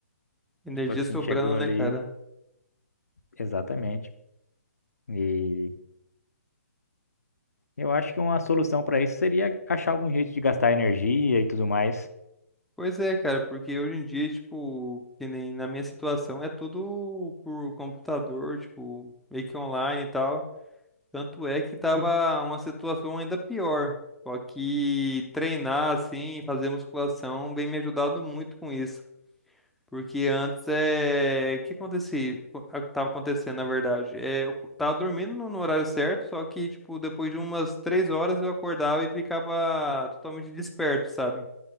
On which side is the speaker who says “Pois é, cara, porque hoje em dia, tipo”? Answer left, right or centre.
Centre